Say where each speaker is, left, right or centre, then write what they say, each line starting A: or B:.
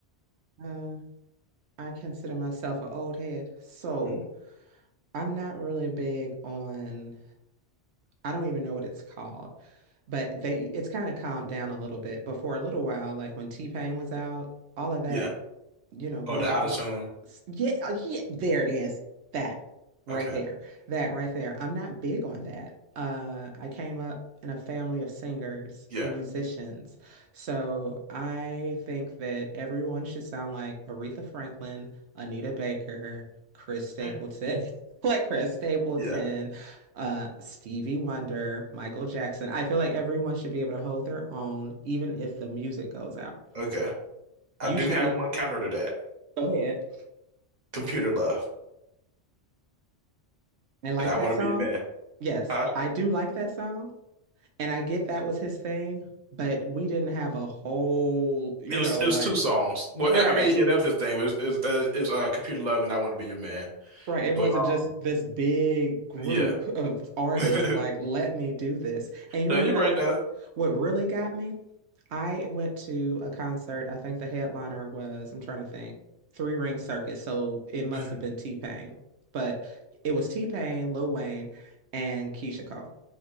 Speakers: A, on the right; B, on the right.
A: Uh, I consider myself an old head, so
B: Mm.
A: I'm not really big on. I don't even know what it's called, but they it's kind of calmed down a little bit. But for a little while, like when T-Pain was out, all of
B: Yeah.
A: that, you know, what
B: Oh, the
A: is
B: auto
A: it called?
B: tune.
A: S- s- Yeah, uh, yeah, there it is. That right
B: Okay.
A: there. That right there. I'm not big on that. Uh, I came up in a family of singers
B: Yeah.
A: and musicians. So I think that everyone should sound like Aretha Franklin, Anita Baker, Chris Stapleton,
B: Eh.
A: <laughs> like Chris Stapleton
B: Yeah.
A: uh Stevie Wonder, Michael Jackson. I feel like everyone should be able to hold their own, even if the music goes out.
B: Okay. I
A: You
B: do
A: should
B: have
A: be
B: one counter to that.
A: go ahead.
B: Computer Love,
A: I like
B: and I
A: that
B: Want
A: song.
B: to Be Your Man.
A: Yes,
B: Huh?
A: I do like that song. And I get that was his thing, but we didn't have a whole, you
B: It was
A: know,
B: it was
A: like
B: two songs. Well,
A: right.
B: I I mean, yeah, that was his thing. But It was, it was, uh, it was uh, Computer Love and I Want to Be Your Man.
A: Right. It
B: But
A: wasn't
B: uh,
A: just this big group
B: yeah,
A: of artists
B: <laughs> no,
A: like, let me do this. And you
B: you're
A: want to know
B: right
A: what
B: though.
A: what really got me? I went to a concert. I think the headliner was, I'm trying to think, Three Ring Circus. So it must
B: Mm.
A: have been T-Pain. But it was T-Pain, Lil Wayne, and Keisha Cole,